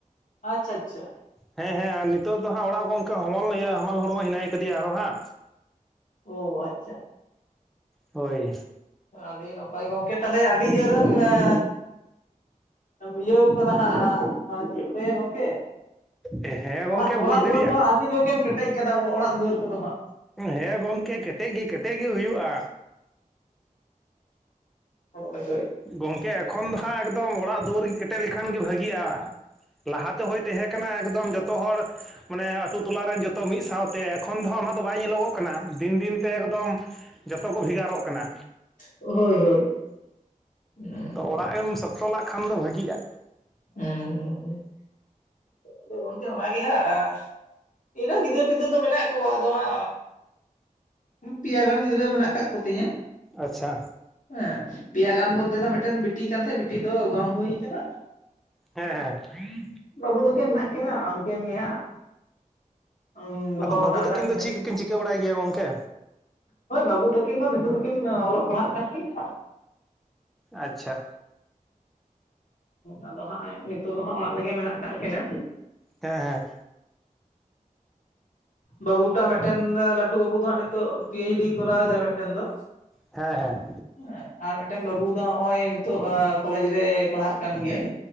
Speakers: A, on the left (about 65°); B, in the centre.
A: ᱟᱪᱪᱷᱟ ᱟᱪᱪᱷᱟ᱾
B: ᱦᱮᱸ ᱦᱮᱸ ᱟᱨ ᱱᱤᱛᱚᱜ ᱫᱚ ᱦᱟᱸᱜ ᱚᱲᱟᱜ ᱜᱚᱝᱠᱮ ᱦᱚᱢᱚᱞ ᱤᱭᱟᱹ ᱦᱟᱢᱟᱞ ᱦᱚᱲᱢᱚ ᱦᱮᱱᱟᱭ ᱠᱟᱫᱮᱭᱟ ᱟᱨᱚ ᱦᱟᱸᱜ᱾
A: ᱳ ᱟᱪᱪᱷᱟ᱾
B: ᱦᱳᱭ᱾
A: ᱟᱹᱰᱤ ᱱᱟᱯᱟᱭ ᱜᱚᱝᱠᱮ ᱛᱟᱞᱦᱮ ᱟᱹᱰᱤ ᱡᱳᱨᱮᱢ ᱮᱸ ᱤᱭᱟᱹᱣ ᱠᱟᱫᱟ ᱦᱟᱸᱜ ᱦᱟᱸᱜ ᱢᱟᱱᱮ ᱪᱮᱜ ᱤᱧ ᱞᱟᱹᱭᱟ ᱜᱚᱝᱠᱮ
B: ᱦᱮᱸ ᱜᱚᱝᱠᱮ
A: ᱚᱲᱟᱜ
B: ᱵᱩᱡᱽ
A: ᱚᱲᱟᱜ ᱫᱩᱣᱟᱹᱨ
B: ᱫᱟᱲᱮᱭᱟᱜ
A: ᱦᱚᱸ ᱟᱹᱰᱤ ᱡᱳᱨ ᱜᱮᱢ ᱠᱮᱴᱮᱡ ᱠᱟᱫᱟ ᱚᱲᱟᱜ ᱫᱩᱣᱟᱹᱨ ᱠᱚᱫᱚ ᱦᱟᱸᱜ᱾
B: ᱦᱮᱸ ᱜᱚᱝᱠᱮ ᱠᱮᱴᱮᱡ ᱜᱤ ᱠᱮᱴᱮᱡ ᱜᱤ ᱦᱩᱭᱩᱜᱼᱟ᱾
A: ᱦᱚᱭ ᱦᱳᱭ᱾
B: ᱜᱚᱝᱠᱮ ᱮᱠᱷᱚᱱ ᱫᱚ ᱦᱟᱸᱜ ᱮᱠᱫᱚᱢ ᱚᱲᱟᱜ ᱫᱩᱣᱟᱹᱨ ᱜᱤ ᱠᱮᱴᱮᱜ ᱞᱮᱠᱷᱟᱱ ᱜᱮ ᱵᱷᱟᱹᱜᱤᱜᱼᱟ᱾ ᱞᱟᱦᱟ ᱛᱮᱦᱚᱸᱭ ᱛᱟᱦᱮᱸ ᱠᱟᱱᱟ ᱮᱠᱫᱚᱢ ᱡᱚᱛᱚ ᱦᱚᱲ ᱢᱟᱱᱮ ᱟᱛᱩ ᱴᱚᱞᱟ ᱨᱮᱱ ᱡᱷᱚᱛᱚ ᱢᱤᱜ ᱥᱟᱶᱛᱮ ᱮᱠᱷᱚᱱ ᱫᱚᱦᱟᱸᱜ ᱚᱱᱟ ᱫᱚ ᱵᱟᱭ ᱧᱮᱞᱚᱜᱚᱜ ᱠᱟᱱᱟ ᱫᱤᱱ ᱫᱤᱱᱛᱮ ᱮᱠᱫᱚᱢ ᱡᱚᱛᱚ ᱠᱚ ᱵᱷᱮᱜᱟᱨᱚᱜ ᱠᱟᱱᱟ᱾
A: ᱦᱳᱭ ᱦᱳᱭ᱾ ᱦᱩᱸ
B: ᱛᱚ ᱚᱲᱟᱜ ᱮᱢ ᱥᱚᱠᱛᱚ ᱞᱟᱜ ᱠᱷᱟᱱ ᱵᱷᱟᱜᱤᱜᱼᱟ᱾
A: ᱩᱸ ᱦᱩᱸ ᱦᱩᱸ ᱟᱫᱚ ᱜᱚᱝᱠᱮ ᱚᱱᱟ ᱜᱮ ᱦᱟᱸᱜ ᱤᱧᱹ ᱨᱮᱱ ᱜᱤᱫᱽᱨᱟᱹᱼᱯᱤᱫᱟᱹᱨ ᱫᱚ ᱢᱮᱱᱟᱜ ᱠᱚᱣᱟ ᱟᱫᱚ ᱦᱟᱸᱜ ᱯᱤᱭᱟ ᱜᱟᱱ ᱜᱤᱫᱽᱨᱟᱹ ᱢᱮᱱᱟᱜ ᱠᱟᱜ ᱠᱚ ᱛᱤᱧᱟ ᱾
B: ᱟᱪᱪᱷᱟ᱾
A: ᱮᱸ ᱯᱮᱭᱟ ᱜᱟᱱ ᱢᱚᱫᱽᱫᱷᱮ ᱫᱚ ᱢᱤᱫᱴᱮᱱ ᱵᱤᱴᱤ ᱠᱟᱱ ᱛᱟᱦᱮᱸᱜ ᱵᱤᱴᱤ ᱫᱚ ᱜᱚᱝ ᱦᱩᱭ ᱠᱟᱱᱟ᱾
B: ᱦᱮᱸ ᱦᱮᱸ᱾
A: ᱵᱟᱹᱵᱩ ᱛᱟᱹᱠᱤᱱ ᱢᱮᱱᱟᱜ ᱠᱤᱱᱟ ᱩᱝᱠᱤᱱ ᱜᱮ ᱦᱟᱸᱜ ᱩᱢ ᱫᱚᱦᱚ
B: ᱟᱫᱚ ᱵᱟᱹᱵᱩ
A: ᱦᱟᱛᱟᱲ
B: ᱛᱟᱹᱠᱤᱱ
A: ᱠᱟᱜ ᱠᱤᱱᱟᱹᱧ᱾
B: ᱫᱚ ᱪᱮᱫ ᱠᱚᱠᱤᱱ ᱪᱤᱠᱟᱹ ᱵᱟᱲᱟᱭ ᱜᱮᱭᱟ ᱜᱚᱝᱠᱮ
A: ᱦᱳᱭ ᱵᱟᱹᱵᱩ ᱛᱟᱹᱠᱤᱱ ᱫᱚ ᱱᱤᱛᱚᱜ ᱫᱚᱠᱤᱱ ᱚᱞᱚᱜ ᱯᱟᱲᱦᱟᱜ ᱠᱟᱱ ᱜᱮᱭᱟ᱾
B: ᱟᱪᱪᱷᱟ᱾
A: ᱟᱫᱚ ᱦᱟᱸᱜ ᱱᱤᱛᱚᱜ ᱫᱚᱦᱟᱸᱜ ᱚᱲᱟᱜ ᱨᱮᱜᱮ ᱢᱮᱱᱟᱜ ᱠᱟᱜ ᱠᱤᱱᱟ᱾
B: ᱦᱮᱸ ᱦᱮᱸ᱾
A: ᱵᱟᱹᱵᱩ ᱴᱟᱜ ᱢᱤᱫᱴᱮᱱ ᱞᱟᱹᱴᱩ ᱵᱟᱹᱵᱩ ᱫᱚᱦᱟᱸᱜ ᱱᱤᱛᱚᱜ ᱯᱤ ᱮᱭᱤᱪ ᱰᱤ ᱠᱚᱨᱟᱣᱫᱟᱭ ᱢᱤᱫᱴᱮᱱ ᱫᱚ᱾
B: ᱦᱮᱸ ᱦᱮᱸ᱾
A: ᱮᱸ ᱟᱨ ᱢᱤᱜᱴᱮᱱ ᱵᱟᱹᱵᱩ ᱫᱚ ᱦᱚᱸᱜᱼᱚᱭ ᱱᱤᱛᱚᱜ ᱮᱸ ᱠᱚᱞᱮᱡᱽ ᱨᱮᱭ ᱯᱟᱲᱦᱟᱜ ᱠᱟᱱ ᱜᱮᱭᱟᱭ᱾